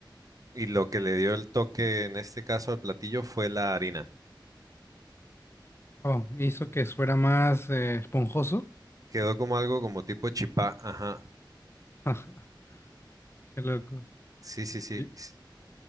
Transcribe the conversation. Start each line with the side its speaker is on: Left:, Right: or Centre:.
Right: y lo que le dio el toque en este caso al platillo fue la harina.
Left: Oh, hizo que fuera más eh, esponjoso.
Right: Quedó como algo como tipo chipá, ajá.
Left: <laughs> Qué loco.
Right: Sí, sí, sí.
Left: ¿Y
Right: sí.